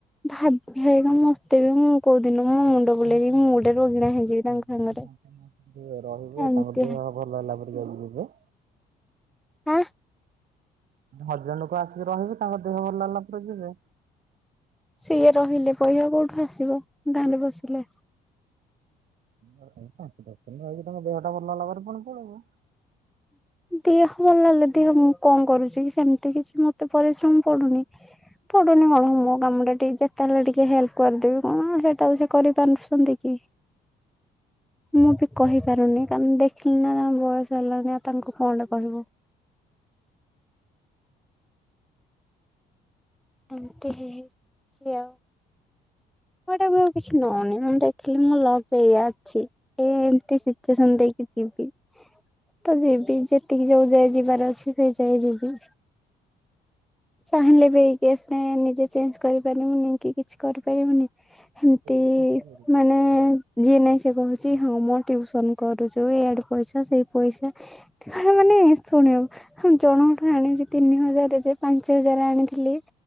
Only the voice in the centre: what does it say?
ଭାବି ଭାବିକା ମତେ ବି ମୁଁ କୋଉ ଦିନ ମୋ ମୁଣ୍ଡ ବୁଲେଇକି
ମୁଁ ଗୋଟେ ରୋଗିଣା ହେଇଯିବି ତାଙ୍କ ସାଙ୍ଗରେ।
ଏମିତି
ହା
ସିଏ ରହିଲେ ପହିୟା କୋଉଠୁ ଆସ ଯିବ ଗାଁରେ ବସିଲେ
ଦିହ ଭଲ ଲାଗିଲେ ଦିହ ମୁଁ କଣ କରୁଛି କି ସେମିତି କିଛି ମତେ ପରିଶ୍ରମ ପଡୁନି ପଡୁନି କଣ ମୋ କାମ ଟା ଟିକେ ଯେତେ ହେଲେ ଟିକେ ହେଲ୍ପ କରିଦେବି କଣ ସେଟା ସେ କରିପାରୁଛନ୍ତି କି ମୁଁ ବି କହିପାରୁନି କାରଣ ଦେଖିଲି ନା ତାଙ୍କ ବୟସ ହେଲାଣି। ନା ତାଙ୍କୁ କଣଟେ କହିବୁ ଏମତି ହେଉଛି ଆଉ କଟାକୁ ଆଉ କିଛି ନଉନି ମୁଁ ଦେଖିଲି ମୁଁ ଲକ୍ ଏଇଆ ଅଛି ଏ ଏମତି ସିଚୁଏସନ ଦେଇକି ଯିବି ତ ଯିବି ଯେତିକି ଯୋଉ ଯାଇ ଯିବାର ଅଛି ସେ ଯାଇ ଯିବି ଚାହିଁଲେ ବି ନିଜେ ଚେଞ୍ଜ କରିପାରିବୁନି କି କିଛି କରିପାରିବୁନି ଏମତି
ମାନେ ଯିଏ ନହିଁ ସେ କହୁଛି। ଜି ହଁ ମୁଁ ଟ୍ୟଉସନ କରୁଛୁ ଏଆଡେ ପଇସା ସେଇ ପଇସା ମାନେ ଶୁଣିବ ଜଣଙ୍କଠୁ ଆଣିଛି ତିନି ହଜାର ଯେ ପାଞ୍ଚ ହଜାର ଆଣିଥିଲି